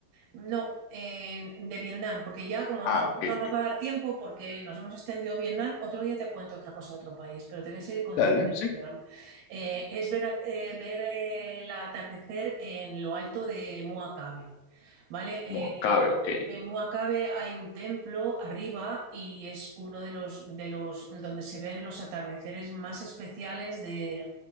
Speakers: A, on the right; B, on the left.
A: No, eh, de Vietnam, porque ya como
B: Ah,
A: no,
B: ok,
A: no nos
B: ok.
A: va a dar tiempo, porque nos hemos extendido Vietnam, otro día te cuento otra cosa de otro país, pero te voy a seguir contando
B: Dale,
A: de
B: sí.
A: Vietnam. Eh, es ver, al- eh, ver eh, el atardecer en lo alto de Mua Cabe, ¿vale?
B: Bueno,
A: Eh,
B: cabe, ok.
A: en Mua Cabe hay un templo arriba y es uno de los, de los donde se ven los atardeceres más especiales de,